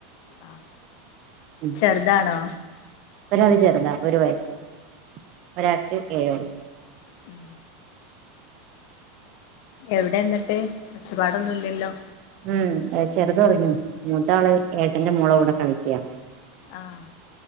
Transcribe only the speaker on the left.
ആ
ചെറുതാണോ
ഉം എവിടെ എന്നിട്ട് ഒച്ചപ്പാട് ഒന്നുമില്ലലോ
ആഹ